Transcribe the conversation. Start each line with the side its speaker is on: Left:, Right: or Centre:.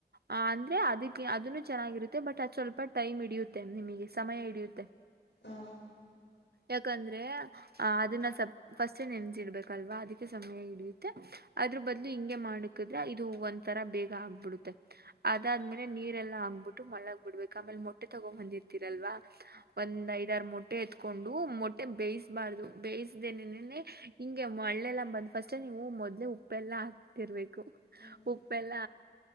Right: ಅ ಅಂದ್ರೆ ಅದಕ್ಕೆ ಅದನ್ನು ಚೆನ್ನಾಗಿರುತ್ತೆ ಬಟ್ ಅದು್ ಸ್ವಲ್ಪ ಟೈಮ್ ಹಡಿಯುತ್ತೆ ನಿಮಗೆ ಸಮಯ ಹಿಡಿಯುತ್ತೆ
Left: ಹಾ
Right: ಯಾಕಂದ್ರೆ ಆ ಅದನ್ನ ಸ ಫಸ್ಟ್ೇ ನೆನ್ಸಿ ಇಡ್ಬೇಕಲ್ವಾ ಅದಕ್ಕೆ ಸಮಯ ಹಿಡಿಯುತ್ತೆ ಅದ್ರ ಬದ್ಲು ಹಿಂಗೆ ಮಾಡಕಿದ್ರೆ ಇದು ಒಂದ್ ತರಾ ಬೇಗ ಆಗ್ಬಿಡುತ್ತೆ ಅದಾದ್ಮೇಲೆ
Left: ಹ್ಮ್
Right: ನೀರೆಲ್ಲಾ ಆ ಬ ಬಿಟ್ಟು ಮಳ್ಳಗ ಬಿಡ್ಬೇಕು ಆಮೇಲೆ ಮೊಟ್ಟೆ ತಗೊಂಡ್ ಬಂದಿರ್ತಿರಲ್ವಾ ಒಂದ್ ಐದಾರು ಮೊಟ್ಟೆ ಎತ್ಕೊಂಡು ವು ಮೊಟ್ಟೆ ಬೇಯಿಸಬಾರ್ದು ಬೇಯಿಸ್ದೇನೆನೆ ಹಿಂಗೆ ಮಳ್ಳೆಲ್ಲ ಬಂದ ಫಸ್ಟ್ ನೀವು ಮೊದ್ಲೆೇ ಉಪ್ಪೆಲ್ಲಾ ಹಾಕ್ತಿರ್ಬೇಕು
Left: ಹ್ಮ್
Right: ಉಪ್ಪೆಲ್ಲ